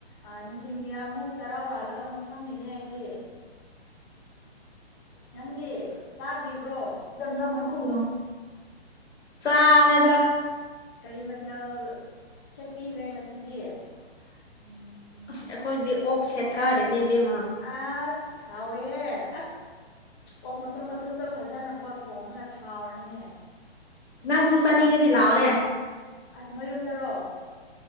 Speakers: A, on the left (about 25°); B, on the left (about 85°).
A: ꯑ ꯅꯨꯡꯊꯤꯟꯒꯤ ꯑꯃꯨꯛ ꯆꯔꯥ ꯋꯥꯜꯂꯒ ꯑꯃꯨꯛ ꯐꯝꯃꯤꯅꯦ ꯑꯩꯗꯤ꯫
B: <unintelligible>
A: ꯅꯪꯗꯤ ꯆꯥꯗ꯭ꯔꯤꯕ꯭ꯔꯣ꯫
B: ꯅꯃꯣꯏ ꯈꯨꯝ ꯆꯥꯔꯦꯗ꯫
A: ꯀꯔꯤ ꯃꯊꯦꯜ ꯁꯦꯠꯄꯤꯈ꯭ꯔꯦ ꯉꯁꯤꯗꯤ ꯎꯝ꯫
B: ꯑꯁ ꯑꯩꯈꯣꯏꯗꯤ ꯑꯣꯛ ꯁꯦꯠꯊꯔꯦꯅꯦ ꯏꯕꯦꯝꯃꯥ꯫
A: ꯑꯁ ꯍꯥꯎꯋꯦꯍꯦ ꯑꯁ ꯑꯣꯛ ꯃꯇꯨꯝ ꯃꯇꯨꯝꯗꯣ ꯐꯖꯅꯀꯣ ꯊꯣꯡꯂꯒ ꯁꯥꯎꯔꯅꯤꯅꯦ
B: ꯅꯪꯁꯨ ꯆꯥꯅꯤꯡꯉꯗꯤ ꯂꯥꯛꯑꯣꯅꯦ
A: ꯑꯁ ꯅꯣꯏ ꯌꯨꯝꯗꯔꯣ